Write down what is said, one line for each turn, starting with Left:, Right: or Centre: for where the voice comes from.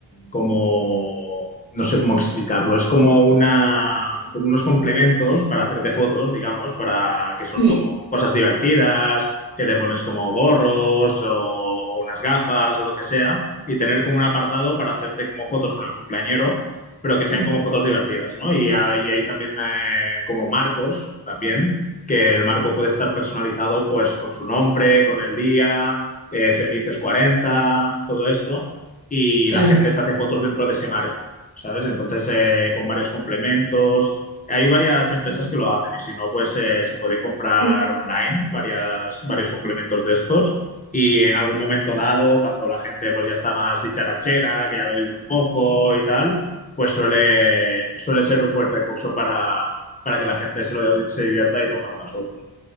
Left: como, no sé cómo explicarlo, es como una, como unos complementos para hacerte fotos, digamos, para que son
Right: Sí,
Left: como cosas divertidas, que te pones como gorros o, o unas gafas o lo que sea, y tener como un apartado para hacerte como fotos con el cumpleañero pero que sean
Right: mm,
Left: como fotos divertidas, ¿no? Y, ha- y hay también eh, como marcos también, que el marco puede estar personalizado pues con su nombre, con el día, eh, felices 40, todo esto, y
Right: claro.
Left: la gente se hace fotos dentro de ese marco, ¿sabes? Entonces, eh, con varios complementos. Hay varias empresas
Right: Mm,
Left: que lo hacen y si no, pues eh, se puede comprar
Right: Sí,
Left: online varias, varios complementos de estos. Y en algún momento dado, cuando la gente pues ya está más dicharachera, que ya ha bebido un poco y tal, pues suele, suele ser un buen recurso para, para que la gente se, lo, se divierta y tome algunas fotos.